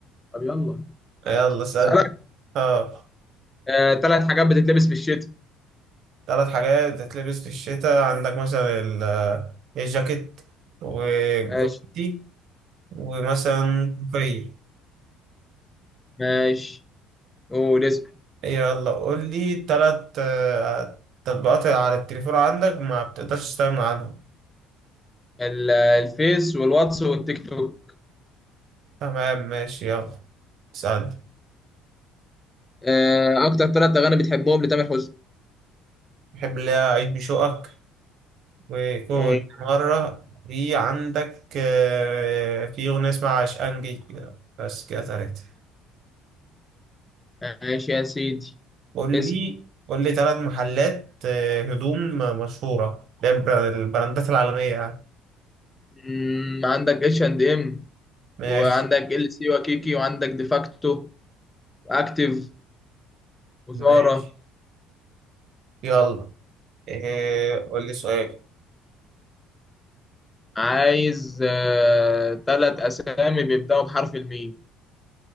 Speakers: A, on the left; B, on the right.
A: طب يلا
B: يلا اسالني
A: اسالك
B: اه
A: آه، ثلاث حاجات بتتلبس في الشتاء
B: ثلاث حاجات بتتلبس في الشتاء عندك مثلا ال- آه، الجاكيت وجوتي
A: ماشي
B: ومثلا كوفية
A: ماشي قول اسم
B: يلا قول لي ثلاث تطبيقات على التليفون عندك ما بتقدرش تستغنى عنهم
A: ال- الفيس والواتس والتيك توك
B: تمام ماشي يلا اسألني
A: آه، اكتر ثلاث اغاني بتحبهم لتامر حسني
B: بحب اللي هي عيد بشوقك وكنت
A: ايوه
B: مرة في عندك آه، في أغنية اسمها عشقنجي كده بس كده تلاتة
A: ماشي يا سيدي
B: قول
A: اسم
B: لي قول لي تلات محلات آه، هدوم مشهورة ده البر- البراندات العالمية يعني
A: مم، عندك اتش اند ام
B: ماشي
A: وعندك ال سي وكيكي وعندك ديفاكتو واكتيف وزارة
B: ماشي يلا آه، قول لي سؤال
A: عايز ثلاث اسامي بيبداوا بحرف الميم